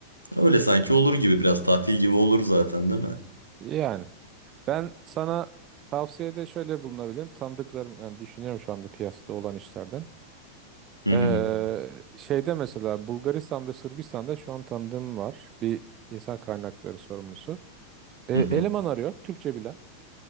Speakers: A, on the left; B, on the right.
A: Öyle sanki olur gibi biraz tatil gibi olur zaten değil mi?
B: Yani ben sana tavsiyede şöyle bulunabilirim. Tanıdıklarım yani düşünüyorum şu anda piyasada olan işlerden.
A: Hı
B: Ee,
A: hı
B: şeyde mesela Bulgaristan ve Sırbistan'da şu an tanıdığım var. Bir insan kaynakları sorumlusu. Ee,
A: hı hı.
B: eleman arıyor Türkçe bilen.